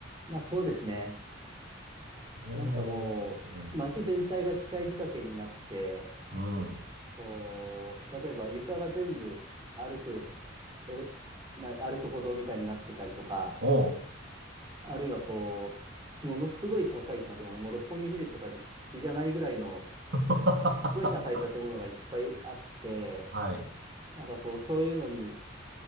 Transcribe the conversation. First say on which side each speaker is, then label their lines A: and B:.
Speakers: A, on the right (about 25°); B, on the right (about 60°).
A: まあそうですね。
B: お
A: なんかもう、
B: ー、
A: 街全体が機械仕掛けになって、
B: うん。うん。
A: こう、例えば床が全部歩く、え、な、歩く歩道みたいになってたりとか、
B: おー。
A: あるいはこう、ものすごい高い建物、もう六本木ヒルズとかで比じゃないぐらいの、
B: <laughs>
A: すっごい高い建物がいっぱいあって、
B: はい。
A: なんかこう、そういうのに、